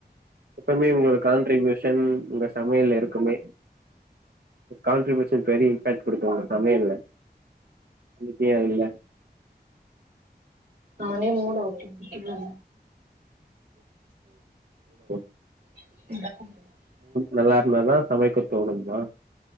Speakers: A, on the right (about 65°); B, on the right (about 80°).
A: எப்பமே உங்களோட காண்ட்ரிபியூஷன் தென் உங்க சமையல்ல இருக்குமே கான்ட்ரிபியுஷன் பெரிய இம்பாக்ட் குடுக்கு உங்க சமயல்ல இன்னைக்கு ஏ இல்ல
B: நானே மூட் அவுட்ல இருக்கே
A: ம்
B: <unintelligible>
A: நல்லா இருந்தானா சமைக்க தோணும்மா